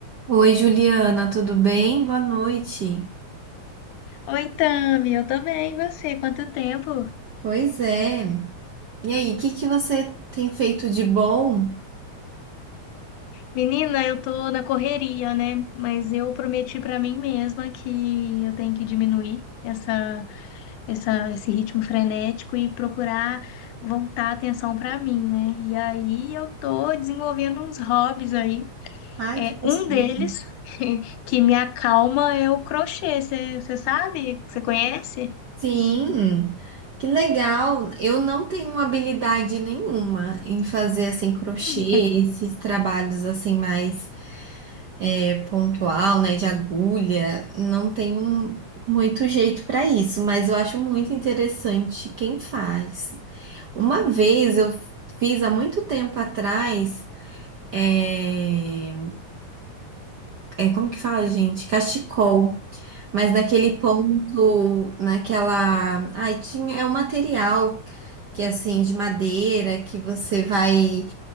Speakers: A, on the right; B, on the left.
A: Oi, Juliana, tudo bem? Boa noite.
B: Oi, Tami, eu também, e você? Quanto tempo?
A: Pois é. E aí, o que que você tem feito de bom?
B: Menina, eu tô na correria, né? Mas eu prometi pra mim mesma que eu tenho que diminuir essa, essa, esse ritmo frenético e procurar voltar a atenção pra mim, né? E aí eu tô desenvolvendo uns hobbies aí.
A: Ai,
B: É,
A: que gostoso.
B: um deles <laughs> que me acalma é o crochê. Você sabe? Você conhece?
A: Sim, que legal. Eu não tenho habilidade nenhuma em fazer assim crochê,
B: Hum,
A: esses trabalhos assim mais é, pontual, né, de agulha. Não tenho muito jeito para isso, mas eu acho muito interessante quem faz. Uma vez eu fiz há muito tempo atrás. É, é, como que fala, gente? Cachecol. Mas naquele ponto, naquela. Ai, tinha. É um material que, assim, de madeira, que você vai